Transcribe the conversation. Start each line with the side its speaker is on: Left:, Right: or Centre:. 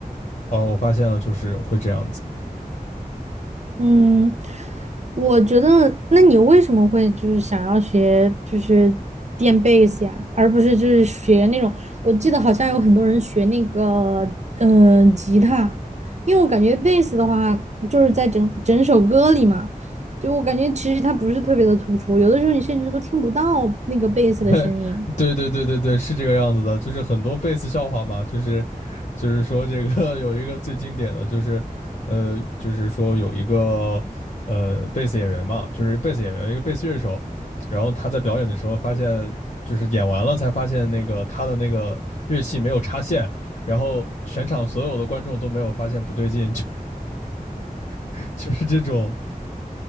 Left: 哦，我发现了，就是会这样子。
Right: 嗯，我觉得，那你为什么会就是想要学就是电贝斯呀，而不是就是学那种？我记得好像有很多人学那个嗯，吉他，因为我感觉贝斯的话就是在整整首歌里嘛，就我感觉其实它不是特别的突出，有的时候你甚至都听不到那个贝斯的声音。
Left: <laughs> 对对对对对，是这个样子的，就是很多贝斯笑话嘛，就是就是说这个 <laughs> 有一个最经典的就是，呃，就是说有一个呃贝斯演员嘛，就是贝斯演员一个贝斯乐手，然后他在表演的时候发现，就是演完了才发现那个他的那个乐器没有插线，然后全场所有的观众都没有发现不对劲，就 <laughs> 就是这种，